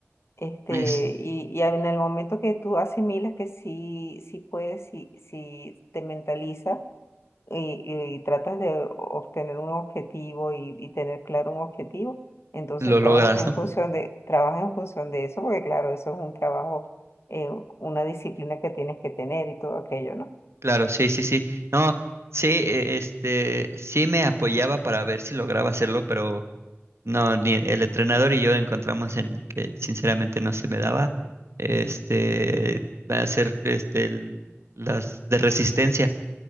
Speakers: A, on the left; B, on the right.
A: Este,
B: Es,
A: y, y en el momento que tú asimilas que sí, sí puedes, sí, sí te mentalizas, y, y tratas de obtener un objetivo y, y tener claro un objetivo, entonces
B: lo logras,
A: trabajas en
B: ¿no?
A: función de, trabajas en función de eso, porque claro, eso es un trabajo, eh, una disciplina que tienes que tener y todo aquello, ¿no?
B: Claro, sí, sí, sí. No, sí, eh, este, sí me apoyaba para ver si lograba hacerlo, pero No, ni el entrenador y yo encontramos en que sinceramente no se me daba este hacer este el- las de resistencia,